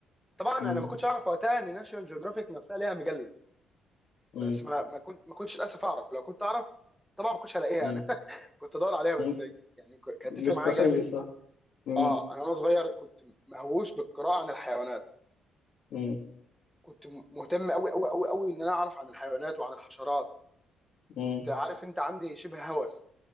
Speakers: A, in the centre; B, on the left.
A: طبعا انا
B: مم.
A: ما كنتش اعرف وقتها ان ناشونال جيوغرافيك نفسها ليها مجله
B: مم.
A: بس ما ما كنت ما كنتش للاسف اعرف لو كنت اعرف طبعا ما كنتش هلاقيها
B: مم.
A: يعني <laughs> كنت ادور عليها بس
B: مم.
A: يعني ك- كانت
B: مستحيل
A: تفرق معايا جامد
B: صح مم.
A: اه انا وانا صغير كنت مهووس بالقراءه عن الحيوانات
B: مم.
A: كنت مهتم قوي قوي قوي قوي ان انا اعرف عن الحيوانات وعن الحشرات
B: مم.
A: كنت عارف انت عندي شبه هوس